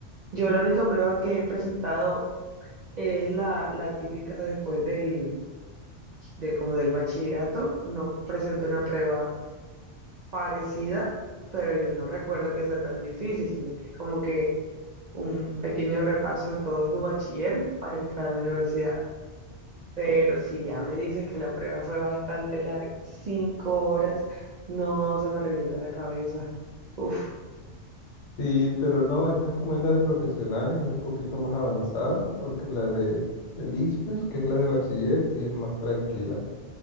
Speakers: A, on the right (about 65°); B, on the left (about 75°).
A: Yo la única prueba que he presentado es la, la típica después del, de como del bachillerato. Uno presenta una prueba parecida, pero yo no recuerdo que sea tan difícil, sino que es como que un pequeño repaso de todo tu bachiller para entrar a la universidad. Pero si ya me dices que la prueba fue bastante larga, cinco horas, no se me revienta la cabeza. Uf,
B: Sí, pero no, esta como es la de profesionales, es un poquito más avanzada, porque la de el ISFES, que es la de bachiller, sí es más tranquila.